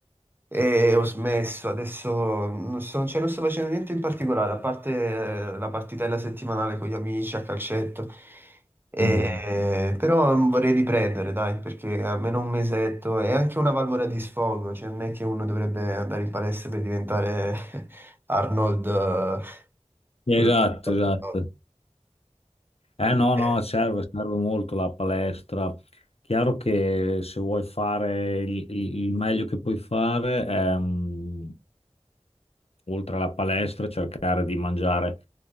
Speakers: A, on the right (about 20°); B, on the left (about 60°).
A: e ho smesso. Adesso non so, cioè, non sto facendo niente in particolare, a parte eh, la partitella settimanale con gli amici a calcetto. E-
B: Mhm.
A: però mm, vorrei riprendere, dai, perché almeno un mesetto è anche una valvola di sfogo, cioè non è che uno dovrebbe andare in palestra per diventare <laughs> Arnold, eh,
B: Esatto,
A: quello che fa,
B: esatto.
A: no?
B: Eh no,
A: Eh,
B: no, serve, serve molto la palestra. Chiaro che se vuoi fare il, il- il meglio che puoi fare ehm, oltre alla palestra, cercare di mangiare